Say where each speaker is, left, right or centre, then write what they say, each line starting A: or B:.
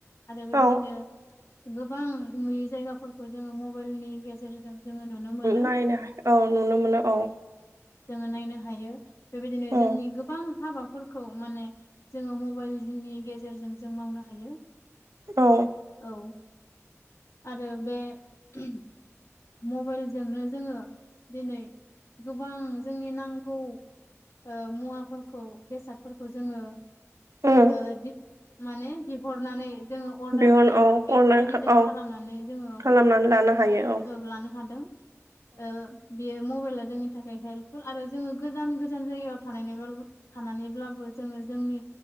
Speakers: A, on the left; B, on the right.
A: आरो बेबायदिनो
B: औ
A: गोबां नुयि जायगाफोरखौ जोङो मबेइलनि गेजेरजों जोङो नुनो मोनो।
B: नायनो औ नुनो मोनो औ
A: जोङो नायनो हायो बेबायदिनो
B: उम
A: जोंनि गोबां हाबाफोरखौ माने जोङो मबेइल <unintelligible> गेजेरजों जों मावनो हायो।
B: औ
A: औ आरो बे <unintelligible> मबेइलजोंनो जोङो दिनै गोबां जोंनि नांगौ। ओ मुवाफोरखौ बेसादफोरखौ जोङो
B: उम
A: ओ <unintelligible> माने बिहरनानै जोङो अर्डार
B: बिहन
A: होनानै
B: औ
A: बेफोरबायदि
B: अनलाइन
A: जों
B: औ
A: खालामनानै जोङो
B: खालामनानै लानो हायो
A: औ लानो हादों ओ बेयो मबेइला जोंनि थाखाय हेल्पफुल आरो जोङो गोजान गोजान जायगायाव थानानै-थानानैब्लाबो जोङो जोंनि